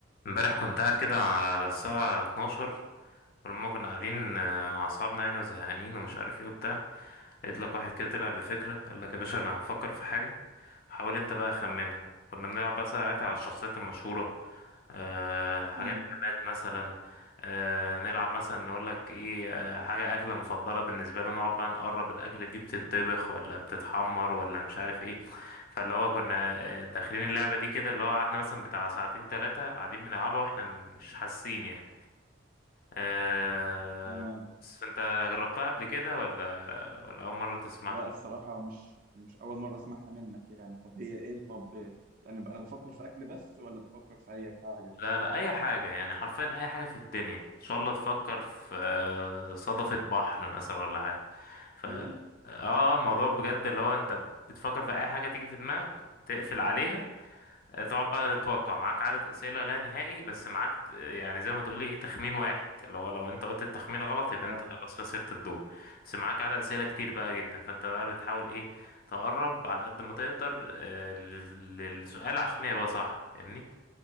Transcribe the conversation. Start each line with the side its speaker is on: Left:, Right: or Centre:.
Left: امبارح كنت قاعد كده على الساعة 12 فلما كنا قاعدين آه، مع أصحابنا يعني وزهقانين ومش عارف ايه وبتاع لقيت لك واحد كده طلع بفكرة قال لك يا باشا أنا هفكر في حاجة حاول انت بقى خمنها كنا بنلعب بقى ساعتها على الشخصيات المشهورة أه حاجات
Right: امم
Left: جماد مثلا أه نلعب مثلا نقول لك ايه أه حاجة أكلة مفضلة بالنسبة لنا نقعد بقى نقرب الأكلة دي بتتطبخ ولا بتتحمر ولا مش عارف ايه فاللي هو كنا آه، داخلين اللعبة دي كده اللي هو قعدنا مثلا بتاع ساعتين تلاتة قاعدين بنلعبها واحنا مش حاسين يعني أه
Right: تمام
Left: بس فانت جربتها قبل كده ولا ولا أول مرة تسمعها
Right: لا الصراحة مش مش أول مرة أسمعها منك يعني طب هي إيه طب إيه؟ يعني أنا بفكر في أكل بس ولا بفكر في أي حاجة
Left: لا لا اي حاجة يعني حرفيا اي حاجة في الدنيا ان شاء الله تفكر في آه، صدفة بحر مثلا ولا حاجة ف اه
Right: إيه ده؟
Left: آه، الموضوع بجد اللي هو انت بتفكر في اي حاجة تيجي في دماغك تقفل عليها آه، تقعد بقى تتوقع معاك عدد اسئلة لا نهائي بس معاك آه، يعني زي ما تقولي ايه تخمين واحد اللي هو لو انت قلت التخمين غلط يبقى
Right: آه
Left: انت خلاص خسرت الدور بس معاك عدد اسئلة كتير بقى جدا فانت بقى بتحاول ايه تقرب على قد ما تقدر آه، لل- للسؤال عشان يبقى صح فاهمني